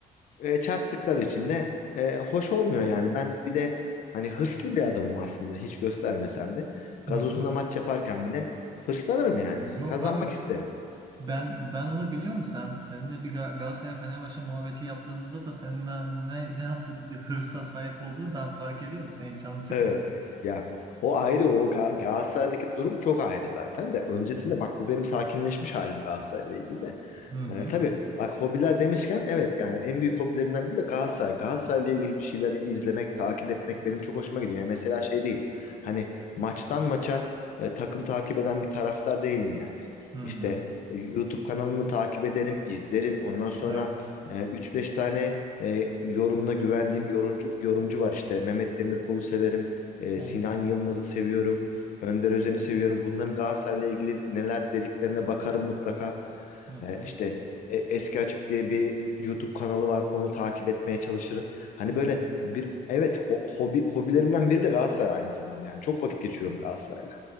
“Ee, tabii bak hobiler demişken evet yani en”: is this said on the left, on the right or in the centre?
Left